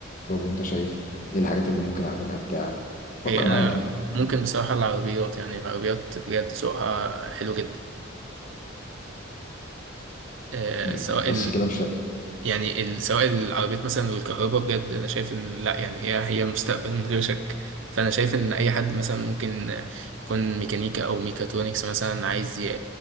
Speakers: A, on the left (about 40°); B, on the right (about 65°).
A: انت شايف ايه الحاجات اللي ممكن اعملها بتاع فكر
B: إيه انا
A: معايا كده
B: ممكن بصراحه العربيات يعني العربيات بجد سوقها حلو جدا آه،
A: مم.
B: سواء
A: بس كده مش
B: يعني ال- سواء العربيات مثلا الكهرباء بجد انا شايف ان لا يعني هي هي المستقبل من غير شك فانا شايف ان اي حد مثلا ممكن يكون ميكانيكا او ميكاترونكس مثلا عايز ي-